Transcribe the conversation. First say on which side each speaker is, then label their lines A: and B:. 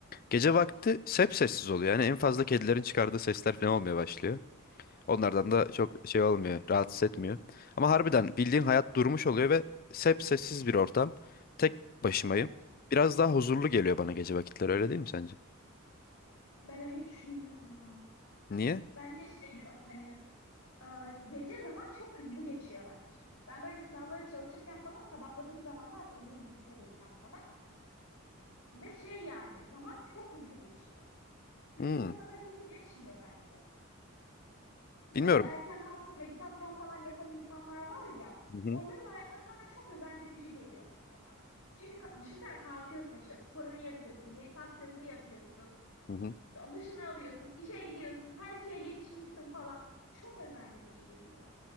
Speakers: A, on the left (about 40°); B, on the left (about 75°).
A: gece vakti hep sessiz oluyor. Yani en fazla kedilerin çıkardığı sesler falan olmaya başlıyor. Onlardan da
B: Evet.
A: çok şey olmuyor, rahatsız etmiyor. Ama harbiden bildiğin hayat durmuş oluyor ve hep sessiz bir ortam. Tek başımayım.
B: Evet.
A: Biraz daha huzurlu geliyor bana gece vakitleri öyle değil mi sence?
B: Ben öyle düşünmüyorum ya.
A: Niye?
B: Bence şey biraz hani e, gece zaman çok hızlı geçiyor bence. Ben böyle sınavlara çalışırken falan sabahladığım zamanlar olurdu lisedeyken falan. Ve şey yani zaman çok hızlı geçiyor. Gündüz
A: Hmm,
B: o kadar hızlı geçmiyor bence. Bir
A: bilmiyorum.
B: de bu erken kalkıp meditasyon falan yapan insanlar var ya.
A: Hı hı,
B: Onların hayatları bana çok özendirici geliyor mesela. Çünkü ka- düşünsene kalkıyorsun işte sporunu yapıyorsun, meditasyonunu yapıyorsun.
A: hı hı.
B: Sonra duşunu alıyorsun, işe gidiyorsun, her şeye yetişmişsin falan. Çok özendirici geliyor.